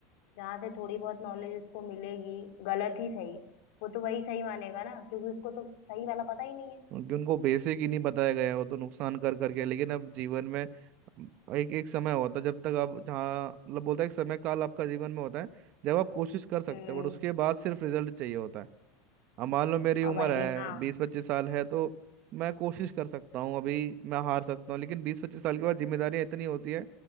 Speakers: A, on the left; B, on the right.
A: जहाँ से थोड़ी बहुत नॉलेज उसको मिलेगी गलत ही सही वो तो वही सही मानेगा ना क्योंकि उसको तो सही वाला पता ही नहीं है
B: क्योंकि उनको बेसिक ही नहीं बताया गया है, वो तो नुकसान कर करके लेकिन अब जीवन में एक एक समय होता है जब तक आप जहाँ मतलब बोलता है एक समय काल आपका जीवन में होता है जब आप कोशिश कर सकते
A: हम्म
B: हो बट उसके बाद सिर्फ रिजल्ट चाहिए होता है अब मान लो मेरी
A: और
B: उम्र
A: वही
B: है
A: हाँ
B: बीस पच्चीस साल है तो मैं कोशिश कर सकता हूँ अभी मैं हार सकता हूँ लेकिन बीस पच्चीस साल के बाद जिम्मेदारियाँ इतनी होती है